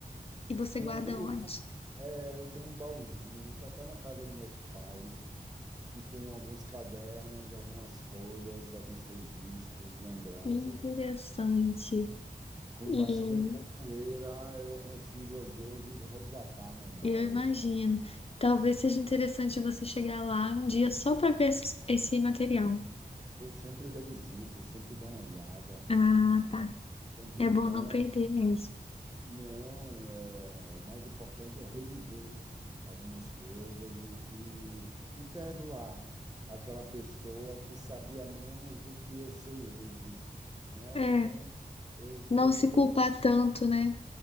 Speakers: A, on the left; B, on the right.
A: E você
B: Em
A: guarda
B: algum,
A: onde?
B: é, eu tenho um baúzinho, está até na casa dos meus pais, que tem alguns cadernos, algumas folhas, alguns registros, lembranças.
A: Interessante.
B: Com
A: E
B: bastante poeira, eu consigo, às vezes, resgatar memórias.
A: eu imagino. Talvez seja interessante você chegar lá um dia só para ver esse esse material.
B: Eu sempre revisito, sempre dou uma olhada.
A: Ah, tá.
B: Sempre
A: É
B: bom
A: bom não perder mesmo.
B: Não, é, o mais importante é reviver algumas coisas e, e, e perdoar aquela pessoa que sabia menos do que eu sei hoje, né?
A: É.
B: Então, eu
A: Não
B: procuro
A: se culpar tanto, né?